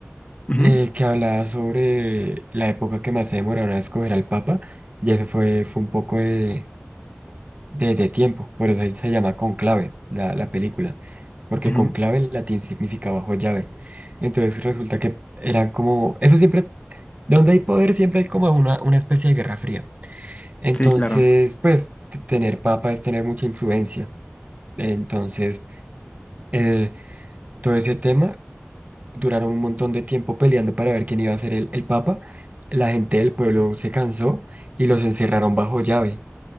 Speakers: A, on the left (about 30°); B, on the right (about 35°).
A: Ujú,
B: eh, que hablaba sobre la época que más se demoraron a escoger al Papa, y eso fue, fue un poco de, de, de tiempo, por eso se llama Conclave, la, la película, porque
A: ujú.
B: conclave en latín significa bajo llave. Entonces resulta que eran como, eso siempre, donde hay poder siempre hay como una, una especie de guerra fría. Entonces,
A: Sí, claro.
B: pues t- tener papa es tener mucha influencia. Entonces, eh, todo ese tema duraron un montón de tiempo peleando para ver quién iba a ser el, el papa. La gente del pueblo se cansó y los encerraron bajo llave